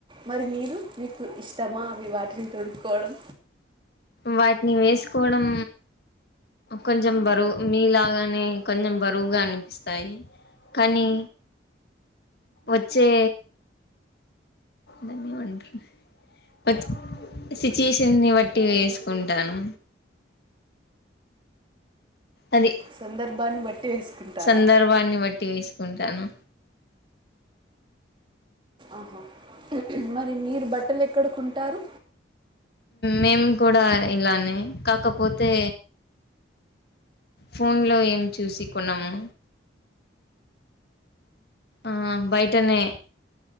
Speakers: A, on the right; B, on the left.
A: మరి మీరు మీకు ఇష్టమా అవి వాటిని తొడు కోవడం
B: వాటిని వేసుకోవడం కొంచెం బరువు మీలాగానే కొంచెం బరువుగా అనిపిస్తాయి కానీ వచ్చే దనేవాడు వచ్ సిచ్యుయేషన్ ని బట్టి వేసుకుంటాను అది
A: సందర్భాన్ని బట్టి వేసుకుంటారా
B: సందర్భాన్ని బట్టి వేసుకుంటాను
A: ఆహా మరి మీరు బట్టలు ఎక్కడ కొంటారు
B: మేము కూడా ఇలానే కాకపోతే ఫోన్ లో ఏం చూసి కొన్నము ఆ బయటనే